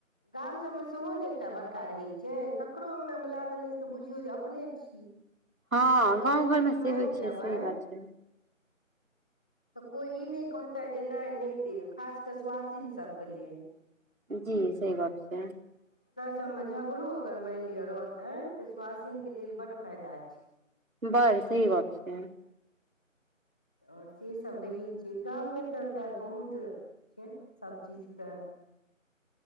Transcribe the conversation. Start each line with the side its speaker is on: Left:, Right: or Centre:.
Centre: गाम सब में सेहो ने एकटा बड़का रहय छै ककरो अंगना में लागल तऽ बुझियौ जे अपने छी
Right: हँ
Centre: अहाँ
Right: गाँव
Centre: दू मुठी
Right: घरमे से
Centre: मांइग
Right: होइ छै
Centre: लेबै
Right: सही बात छै
Centre: तऽ कोइ ई नहि कहता जे नहि नहि देब खास कऽ सुआसिन सभके लेल
Right: जी सही बात छै
Centre: सबमे झगड़ो अगर मानि लिअ रहतै तऽ स्वासिन के लेल बड्ड फायदा छै
Right: बड़ सही गप्प छै
Centre: आओर सेसभ रहैत छै। गाममे तऽ खैर बहुत से सभ चीजके